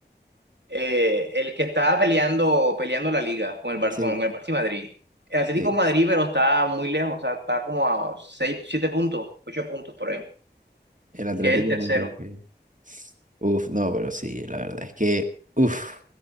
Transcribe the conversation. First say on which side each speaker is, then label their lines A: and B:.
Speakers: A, on the right; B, on the right.
A: eh, el que estaba peleando, peleando la liga con el, Bar-
B: Sí,
A: con el Barça y Madrid. El Atlético
B: sí,
A: de Madrid, pero está muy lejos, o sea, está como a 6 7 puntos, 8 puntos por ahí,
B: el Atlético
A: que es el tercero.
B: de Madrid. ok. Uf, no, pero sí, la verdad es que, uf,